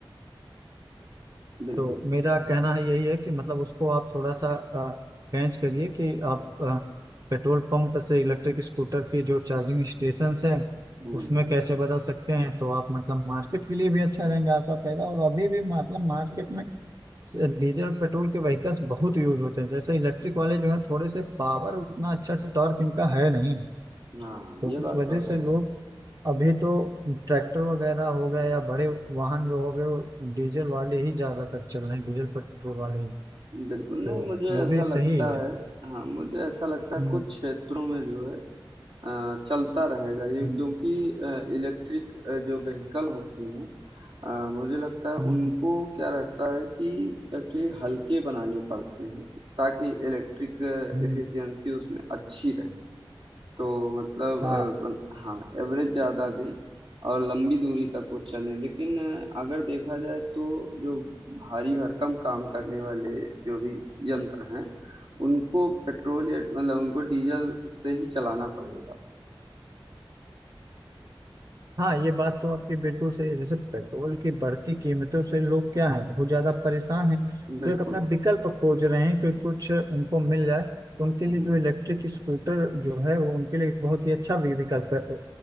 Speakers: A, on the right; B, on the right.
A: बिल्कुल
B: तो मेरा कहना है यही है कि मतलब उसको आप थोड़ा सा अ, पेंच करिए कि आप अ, पेट्रोल पंप से इलेक्ट्रिक स्कूटर की जो चार्जिंग स्टेशन है
A: हम्म
B: उसमें कैसे बदल सकते हैं तो आप मतलब मार्केट के लिए भी अच्छा रहेंगे आपका फायदा और अभी भी मतलब मार्केट में से डीजल पेट्रोल के व्हीकल्स बहुत यूज होते हैं जैसे इलेक्ट्रिक वाले जो हैं थोड़े से पावर उतना अच्छा टॉर्क इनका है नहीं
A: हाँ
B: तो
A: ये
B: उस
A: बात
B: वजह
A: तो
B: से
A: है
B: लोग अभी तो ट्रैक्टर वगैरह हो गए या बड़े वाहन जो हो गए वो डीजल वाले ही ज्यादातर चल रहे हैं डीजल पेट्रोल वाले
A: बिल्कुल
B: तो
A: नहीं मुझे
B: वो
A: ऐसा
B: भी
A: लगता
B: सही है
A: है हाँ मुझे ऐसा लगता है
B: हम्म
A: कुछ क्षेत्रों में जो है अ, चलता रहेगा ये
B: हम्म
A: क्योंकि इलेक्ट्रिक जो व्हीकल होते हैं अ, मुझे लगता है
B: हम्म
A: उनको क्या रहता है कि एक्चुअली हल्के बनाने पड़ते हैं ताकि इलेक्ट्रिक
B: हम्म,
A: एफिशिएंसी उसमें अच्छी रहे तो मतलब
B: हाँ
A: अ, बन- हाँ एवरेज ज़्यादा दें और लंबी दूरी तक वो चलें लेकिन अ, अगर देखा जाए तो जो भारी भरकम काम करने वाले जो भी यंत्र हैं उनको पेट्रोल या मतलब उनको डीजल से ही चलाना पड़ेगा
B: हाँ ये बात तो आपकी बिल्कुल सही है जैसे पेट्रोल की बढ़ती कीमतों से लोग क्या है बहुत ज्यादा परेशान हैं
A: बिल्कुल।
B: तो एक अपना विकल्प खोज रहे हैं कि कुछ उनको मिल जाए तो उनके
A: हुँ।
B: लिए जो इलेक्ट्रिक स्कूटर जो है वो उनके लिए बहुत ही अच्छा वि- विकल्प है-